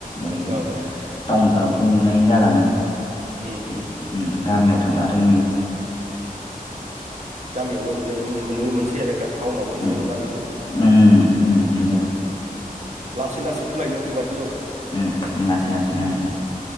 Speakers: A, on the left (about 35°); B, on the right (about 50°).
A: ओरै
B: औ औ
A: टाउनफोराव थ' नुनाय जालानो
B: उम
A: उम-उम
B: उम
A: गामियाव थांब्लाथाय नुयो।
B: गामियावबो <unintelligible> मोनसै आरो टाउनावबो
A: उम
B: नुनो मोनला बेखौ
A: उम उम बेनो
B: लासै लासै सोलायनो हमगासि
A: उम लासै लासैनो उम